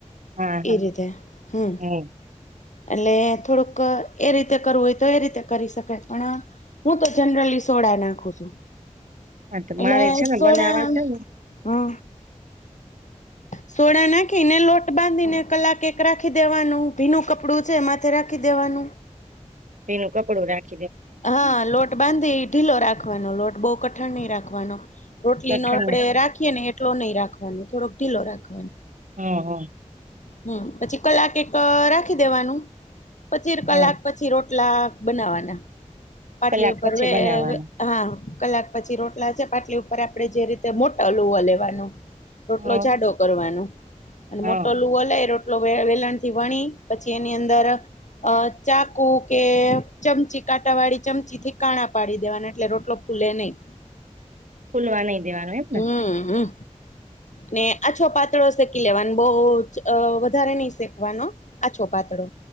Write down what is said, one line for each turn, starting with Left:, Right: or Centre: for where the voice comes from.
Right: હા હા
Left: એ રીતે, હમ્મ.
Right: હમ
Left: એટલે થોડુંક એ રીતે કરવું હોય તો એ રીતે કરી શકાય, પણ હું તો જનરલી સોડા નાખું છું.
Right: હા તો મારે
Left: એટલે
Right: છે ને
Left: સોડા
Right: બનેવા છે ને
Left: હા સોડા નાખીને, લોટ બાંધીને, કલાક એક રાખી દેવાનું ભીનું કપ કપડું છે એમાંથે રાખી દેવાનું.
Right: ભીનું કપડું રાખ
Left: હા લોટ બાંધી ઢીલો રાખવાનો લોટ. બહુ કઠણ નહી રાખવાનો. રોટલી
Right: કઠણ
Left: નો આપડે
Right: ને
Left: રાખીએ ને એટલો નહી રાખવાનો, થોડોક ઢીલો રાખ
Right: હા હ.
Left: હમ્મ, પછી કલાક એક રાખી દેવાનું. પચીર કલાક
Right: હા
Left: પછી રો ટલા બનાવાના. પાટલી
Right: કલાક
Left: ઉપર,
Right: પછી
Left: વે
Right: બનાવવાના
Left: વે હા. કલાક પછી રોટલા છે, પાટલી ઉપર આપડે જે રીતે મોટા લુવા લેવાનું. રોટલો
Right: હા
Left: જાડો કરવાનો. અને
Right: હા
Left: મોટો લુવો લે રો <inaudible> વેલણ થી વણી પછી એની અંદર અ ચાકુ કે ચમચી કાંટા વાળી ચમચી થી કાણા પાડી દેવાના એટલે રોટલો ફૂલે નહી.
Right: ફુલવા નહી દેવાનું એમને.
Left: હમ હમ ને આછો પાત પાતળો શેકી લેવાનો બવ અ વધારે નહી શેકવાનો આછો પાતળો